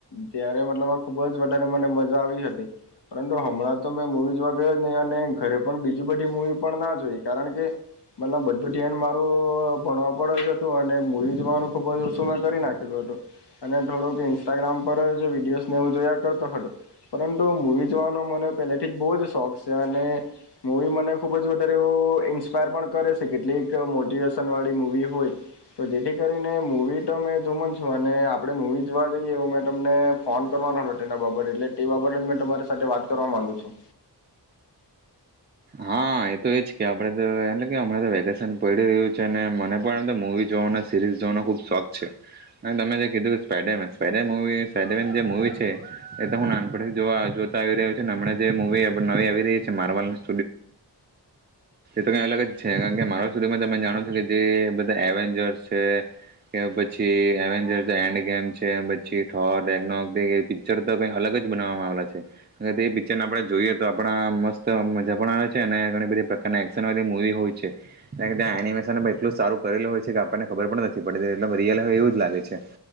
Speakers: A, on the left (about 75°); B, on the right (about 25°).
A: ત્યારે મતલબ આ ખુબ જ વધારે મને મજા આવી હતી, પરંતુ હમણાં તો મેં મૂવી જોવા ગયો જ નહી અને ઘરે પણ બીજી બધી મૂવી પણ ના જોઈ કારણ કે મતલબ બધું ્યાન મારું ભણવા પડ જ હતું, અને મૂવી જવાનું ખુબ જ ઓછું મેં કરી નાખ્યું અને થોડોક ઇન્સ્ટાગ્રામ પર જ વિડીયોઝ ને એવું જોયા કરતો હતો પરંતુ મૂવી જોવાનો મને પહેલેથી જ બહુ જ શોખ છે, અને મૂવી મને ખૂબ જ વધારે એવું ઇન્સ્પાયર પણ કરે છે, કેટલીક મોટિવેશન વાળી મૂવી હોય તો જેથી કરીને મૂવી તો મેમે જો. મ અને આપે મુવી જોવા જઈએ એવ મે તમને ફોન કરવાનો હતો તેના બાબ એટલે તે બાબ જ મે તમારી સાથે વાત કરવા ગુ છું.
B: હા એ તો એજ કે આપડે તો એટલે કે હમણા તો વેકેશન પડી રહ્યું છે, અને મને પણ તો મુવી જોવાનો સિરીઝ જોવાનો ખુબ શોખ છે, અને તમે જે કીધું કે સ્પાઈડરમેન સ્પાઈડરવી સ્પડમેન જે મવી છે એ તો હું નાનપણથી જોતા આવી રહ્યું છ છે, મ જે મવી નવી આવી રહી છે માર્બલ તે તો કઈ અલગ જ છે કારણ કે મારા સ્ટુડિયોમાં તમે જાણો છો કે જે બધા એવેન્જર્સ છે, કે પછી એજ એડ ગેમ છે પઠોર પિક્ચર તો ક અલગ જ બનાવવામાં આવેલા છે, તે પિક્ચર આપણે જોઈએ તો આપણા મસ્ત છે અને ઘણી બધી પ્રકાર એક્શન વાળી મુવી હોય છે, એ કે ત્યાં એનિમેશન એટલું સારુંેલું હોય છે કે આપણનેબર પણ નથી પડતી એલ રિયલ હોય એવું જ લાગે છે,